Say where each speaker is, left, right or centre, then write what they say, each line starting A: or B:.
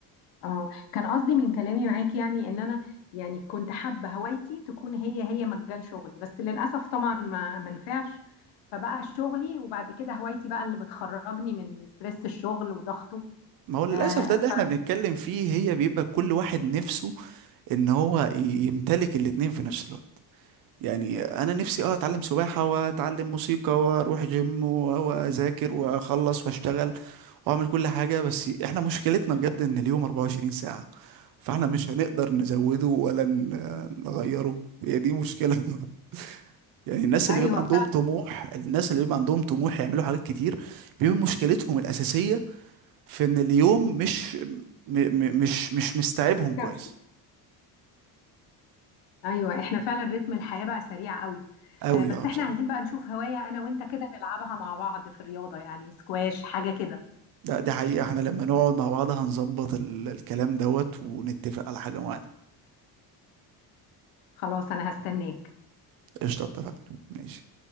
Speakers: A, on the left (about 85°); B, on the right (about 60°).
A: اه كان قصدي من كلامي معاكي يعني ان انا يعني كنت حابه هوايتي تكون هي هي مجال شغلي بس للاسف طبعا ما ما نفعش فبقى شغلي وبعد كده هوايتي بقى اللي بتخرجني من ستريس الشغل وضغطه
B: ما هو للأسف
A: آه
B: ده اللي احنا بنتكلم فيه هي بيبقى كل واحد نفسه ان هو ي- يمتلك الاتنين في نفس الوقت يعني انا نفسي اه اتعلم سباحة واتعلم موسيقى واروح جيم و- واذاكر واخلص واشتغل واعمل كل حاجة بس احنا مشكلتنا بجد ان اليوم 24 ساعة فاحنا مش هنقدر نزوده ولا ن- نغيره هي دي مشكلة <laughs> يعني الناس
A: فايوه
B: اللي بيبقى عندهم
A: فعلا
B: طموح الناس اللي بيبقى عندهم طموح يعملوا حاجات كتير بيبقى مشكلتهم الأساسية في ان اليوم مش م م مش مش مستوعبهم
A: مكفي
B: كويس
A: ايوه احنا فعلا رتم الحياه بقى سريع قوي
B: قوي
A: آه بس
B: اه
A: احنا
B: بصراحة
A: عايزين بقى نشوف هوايه انا وانت كده نلعبها مع بعض في الرياضه يعني سكواش حاجه كده
B: ده دي حقيقة احنا لما نقعد مع بعض هنظبط ال- الكلام دوت ونتفق على حاجة معينة
A: خلاص انا هستناك
B: قشطة اتفقنا ماشي